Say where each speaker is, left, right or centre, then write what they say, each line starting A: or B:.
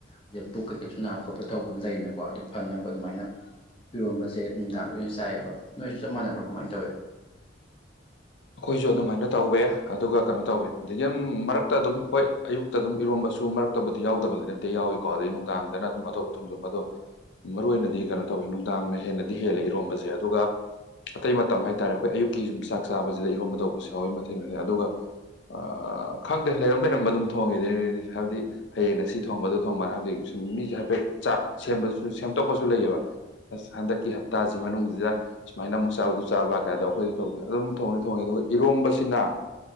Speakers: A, on the left; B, on the left.
A: ꯑꯗꯩ ꯄꯨꯛ ꯀꯩꯀꯩꯁꯨ ꯅꯥꯕ ꯈꯣꯠꯄ ꯇꯧꯕ ꯂꯩꯅꯀꯣ ꯑꯗꯨ ꯐꯅꯕ ꯑꯗꯨꯃꯥꯏꯅ ꯏꯔꯣꯝꯕꯁꯦ ꯅꯨꯝꯗꯥꯡꯗ ꯑꯣꯏꯅ ꯆꯥꯏꯌꯦꯕ ꯅꯣꯏꯁꯨ ꯆꯞ ꯃꯥꯟꯅꯕ꯭ꯔꯥ ꯀꯃꯥꯏꯟ ꯇꯧꯋꯦ
B: ꯑꯈꯣꯏꯖꯨ ꯑꯗꯨꯃꯥꯏꯅ ꯇꯧꯋꯦ ꯑꯗꯨꯒ ꯀꯩꯅꯣ ꯇꯧꯋꯦ ꯑꯗꯒꯤ ꯎꯝ ꯃꯔꯛꯇꯥ ꯑꯗꯨꯝ ꯍꯣꯏ ꯑꯌꯨꯛꯇꯥ ꯑꯗꯨꯝ ꯏꯔꯣꯝꯕꯁꯨ ꯃꯔꯛꯇꯥꯕꯨꯗꯤ ꯌꯥꯎꯗꯕꯗꯤ ꯅꯠꯇꯦ ꯌꯥꯎꯏꯀꯣ ꯑꯗꯩ ꯅꯨꯡꯗꯥꯡꯗꯅ ꯑꯗꯨꯝ ꯑꯇꯣꯞꯄ ꯊꯣꯡꯖꯝꯕ ꯑꯗꯣ ꯃꯔꯨ ꯑꯣꯏꯅꯗꯤ ꯀꯩꯅꯣ ꯇꯧꯋꯦ ꯅꯨꯡ ꯅꯨꯡꯗꯥꯡꯅ ꯍꯦꯟꯅꯗꯤ ꯍꯦꯜꯂꯦ ꯏꯔꯣꯝꯕꯖꯦ ꯑꯗꯨꯒ ꯑꯇꯩ ꯃꯇꯝ ꯍꯥꯏꯇꯥꯔꯦ ꯑꯩꯈꯣꯏ ꯑꯌꯨꯛꯀꯤ ꯌꯨꯝ ꯆꯥꯛ ꯆꯥꯕꯁꯤꯗ ꯏꯔꯣꯝꯕ ꯇꯧꯕꯁꯨ ꯌꯥꯎꯋꯤ ꯃꯊꯦꯜ ꯃꯌꯝ ꯑꯗꯨꯒ ꯑ ꯈꯪꯗꯦ ꯂꯩꯔꯝ ꯂꯩꯔꯝꯕ ꯑꯗꯨꯝ ꯊꯣꯡꯉꯦꯗ ꯑꯗꯨꯗꯤ ꯍꯥꯏꯕꯗꯤ ꯍꯌꯦꯡꯅ ꯁꯤ ꯊꯣꯡꯕ ꯑꯗꯨ ꯊꯣꯡꯕꯅ ꯍꯥꯏꯕꯗꯤ ꯁꯨꯝ ꯃꯤꯁꯦ ꯍꯥꯏꯐꯦꯠ ꯆꯥꯠ ꯁꯦꯝꯕꯁꯨ ꯁꯦꯝꯇꯣꯛꯄꯁꯨ ꯂꯩꯌꯦꯕ ꯑꯁ ꯍꯟꯗꯛꯀꯤ ꯍꯞꯇꯥꯁꯤ ꯃꯅꯨꯡꯁꯤꯗ ꯁꯨꯃꯥꯏꯅ ꯑꯃꯨꯛ ꯆꯥꯕ ꯑꯗꯨ ꯆꯥꯕ ꯀꯥꯏꯗꯣ ꯑꯩꯈꯣꯏꯗꯤ ꯇꯧꯗꯦ ꯑꯗꯨꯝ ꯊꯣꯡꯗꯤ ꯊꯣꯡꯉꯤ ꯑꯗꯨꯒ ꯏꯔꯣꯝꯕꯁꯤꯅ